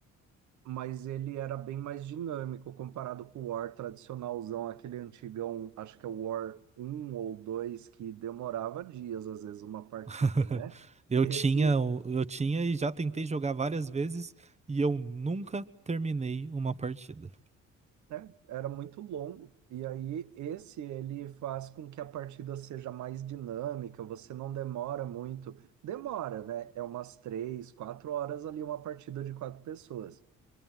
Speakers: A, on the right; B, on the right.
A: mas ele era bem mais dinâmico comparado com o War tradicionalzão, aquele antigão, acho que é o War um ou 2 que demorava dias, às vezes, uma partida,
B: <laughs>
A: né?
B: Eu
A: Esse,
B: tinha, eu tinha e já tentei jogar várias vezes e eu nunca terminei uma partida.
A: né, era muito longo. E aí, esse, ele faz com que a partida seja mais dinâmica, você não demora muito. Demora, né? É umas três, quatro horas ali, uma partida de quatro pessoas.